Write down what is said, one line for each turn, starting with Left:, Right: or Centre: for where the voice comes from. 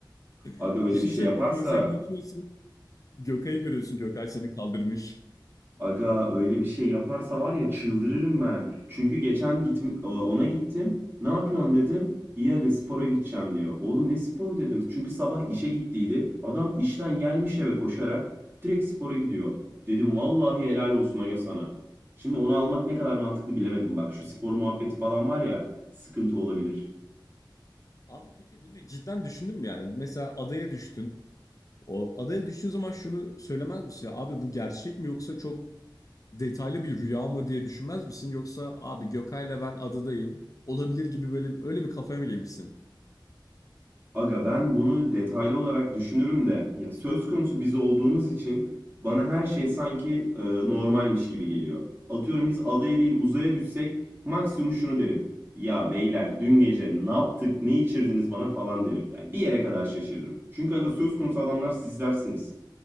Left: <laughs>
Right: Aga öyle
Left: Düşünsene
Right: bir şey yaparsa
Left: bir gözlerini açıyorsun. Gökay'ı görüyorsun. Gökay seni kaldırmış.
Right: Aga öyle bir şey yaparsa var ya çıldırırım ben. Çünkü geçen git ona gittim. Ne yapıyorsun dedim. İyi aga spora gideceğim diyor. Oğlum ne sporu dedim. Çünkü sabah işe gittiydi. Adam işten gelmiş eve koşarak direkt spora gidiyor. Dedim vallahi helal olsun aga sana. Şimdi onu almak ne kadar mantıklı bilemedim bak. Şu spor muhabbeti falan var ya sıkıntı olabilir.
Left: Abi peki bunu cidden düşündün mü yani? Mesela adaya düştün. O adaya düştüğün zaman şunu söylemez misin? Abi bu gerçek mi yoksa çok detaylı bir rüya mı diye düşünmez misin? Yoksa abi Gökay'la ben adadayım. Olabilir gibi böyle öyle bir kafaya mı gelirsin?
Right: Aga ben bunu detaylı olarak düşünürüm de ya söz konusu biz olduğumuz için bana her şey sanki e, normalmiş gibi geliyor. Atıyorum biz adaya değil uzaya düşsek maksimum şunu derim. Ya beyler dün gece ne yaptık ne içirdiniz bana falan derim. Yani bir yere kadar şaşırırım. Çünkü aga söz konusu adamlar sizlersiniz.